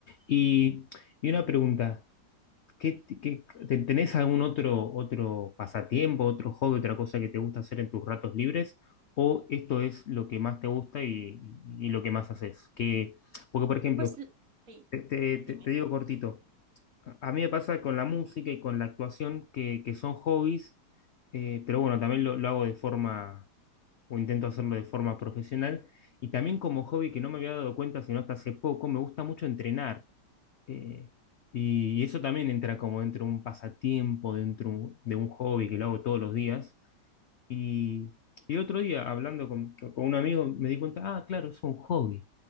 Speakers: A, on the left; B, on the right.
A: Y, y una pregunta. ¿Qué, qué- te- tenés algún otro, otro pasatiempo, otro hobby, otra cosa que te gusta hacer en tus ratos libres? ¿O esto es lo que más te gusta y, y lo que más haces? Que, porque, por ejemplo,
B: Pues l- sí,
A: te, te-
B: dime.
A: te- te digo cortito, a a mí me pasa con la música y con la actuación que, que son hobbies, eh, pero bueno, también lo, lo hago de forma, o intento hacerlo de forma profesional. Y también como hobby que no me había dado cuenta sino hasta hace poco, me gusta mucho entrenar. Eh, y eso también entra como dentro de un pasatiempo, dentro de un hobby que lo hago todos los días. Y, y otro día, hablando con, con un amigo, me di cuenta, ah, claro, es un hobby.